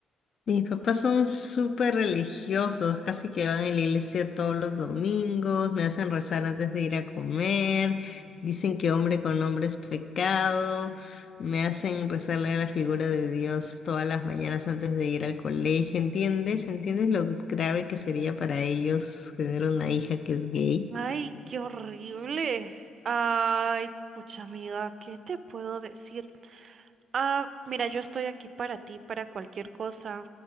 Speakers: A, on the left (about 50°); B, on the right (about 55°).
A: Mis papás son súper religiosos, casi que van a la iglesia todos los domingos, me hacen rezar antes de ir a comer, dicen que hombre con hombre es pecado, me hacen rezarle a la figura de Dios todas las mañanas antes de ir al colegio, ¿entiendes? ¿Entiendes lo grave que sería para ellos tener una hija que es gay?
B: Ay, qué horrible. Ay, pucha amiga, ¿qué te puedo decir? Ah, mira, yo estoy aquí para ti, para cualquier cosa.